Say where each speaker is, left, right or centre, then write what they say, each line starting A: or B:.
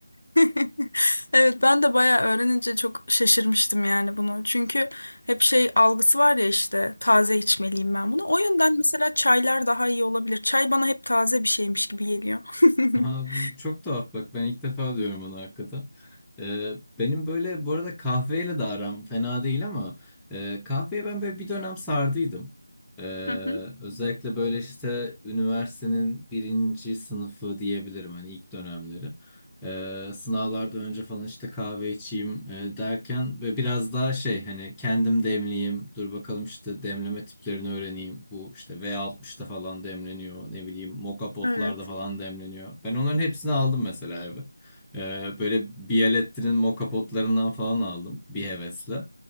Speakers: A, on the left (about 80°); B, in the centre.
A: <laughs> Evet ben de bayağı öğrenince çok şaşırmıştım yani bunu. Çünkü hep şey algısı var ya işte taze içmeliyim ben bunu. O yönden mesela çaylar daha iyi olabilir. Çay bana hep taze bir şeymiş gibi geliyor.
B: Aha,
A: <laughs>
B: bu çok tuhaf bak ben ilk defa diyorum onu hakikaten. Ee, benim böyle bu arada kahveyle de aram fena değil ama e, kahveye ben böyle bir dönem sardıydım. Ee,
A: Hı hı.
B: özellikle böyle işte üniversitenin birinci sınıfı diyebilirim hani ilk dönemleri. Ee, sınavlarda önce falan işte kahve içeyim e, derken ve biraz daha şey hani kendim demleyeyim dur bakalım işte demleme tiplerini öğreneyim bu işte v altmışta falan demleniyor ne bileyim moka potlarda
A: Evet.
B: falan demleniyor ben onların hepsini aldım mesela eve Ee, böyle Bialetti'nin moka potlarından falan aldım bir hevesle